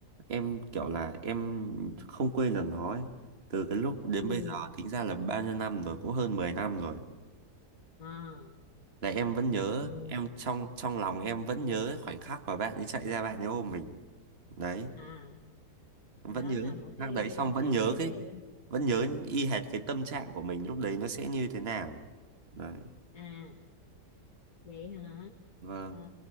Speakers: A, on the right (about 40°); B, on the left (about 55°).
A: em kiểu là em không quên được nó ấy. từ cái lúc đến
B: ừ
A: bây giờ tính ra là bao nhiêu năm rồi cũng hơn 10 năm rồi
B: à
A: là em vẫn nhớ
B: ừ.
A: em trong trong lòng em vẫn nhớ khoảnh khắc mà bạn ấy chạy ra bạn ấy ôm mình đấy
B: à
A: vẫn
B: đó
A: nhớ
B: là một
A: khoảnh
B: cái
A: khắc đấy xong vẫn
B: cái
A: nhớ
B: cái
A: cái
B: cái
A: vẫn nhớ y hệt cái tâm trạng của mình lúc đấy nó sẽ như thế nào đấy
B: à vậy hả
A: vâng
B: Ờ,